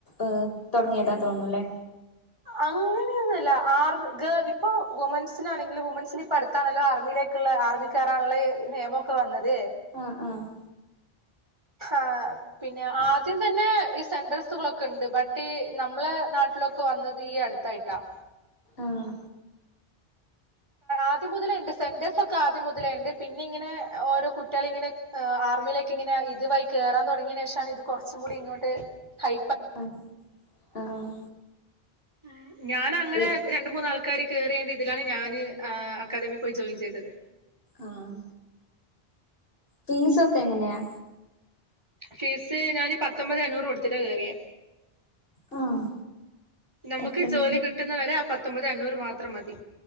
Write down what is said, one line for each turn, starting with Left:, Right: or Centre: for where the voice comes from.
Left: ഏഹ് തുടങ്ങിയതാ തോന്നുന്നു അല്ലേ
Right: അങ്ങനെയൊന്നല്ല ആർമി ഗേൾ ഇപ്പൊ വുമൻസിനാണെങ്കിൽ വുമൻസിന് ഇപ്പടുത് ത്താണല്ലോ ആർമിയിലേക്കുള്ള ആർമിക്കേറാനുള്ള നിയമൊക്കെ വന്നത്
Left: ആഹ് ആഹ്
Right: ആഹ് പിന്നെ ആദ്യം തന്നെ ഈ സെന്റർസുകളൊക്കെ ഉണ്ട് ബട്ട് ഈ നമ്മളെ നാട്ടിലൊക്കെ വന്നത് ഈ അടുത്ത് ത്തായിട്ട
Left: ആഹ്
Right: ആദ്യം മുതലേണ്ട് സെന്റർസ് ഒക്കെ ആദ്യം മുതലുണ്ട് പിന്നെ ഇങ്ങനെ ഓരോ കുട്ടികളും ഇങ്ങനെ ആർമിയിലേക്ക് ഇങ്ങനെ ഇതുവഴി കേറൻ തുടങ്ങിയന് ശേഷമാണ് ഇത് കുറച്ചും കൂടി ഇങ്ങോട്ട് ഹൈ
Left: അ ആഹ്
Right: ഉം ഞാൻ അങ്ങനെ
Left: ഈ
Right: രണ്ട് മൂന്നാൾക്കാർ കേയറിയണ്ട് ഇതിലാണ് ഞാൻ ഏഹ് അക്കാദമിയിൽ പോയി ജോയിൻ ചെയ്തത്
Left: ആഹ് ഫീസ് ഒക്കെ എങ്ങനെയാ
Right: ഫീസ് ഞാന് പത്തൊമ്പതെ അഞ്ഞൂറ് കൊടുത്തിട്ട കേയറിയേ
Left: ആഹ്
Right: നമുക്ക്
Left: പത്തൊമ്പത്
Right: ജോലി കിട്ടുന്നവരെ ആ പത്തൊമ്പത് അഞ്ഞൂറ് മാത്രം മതി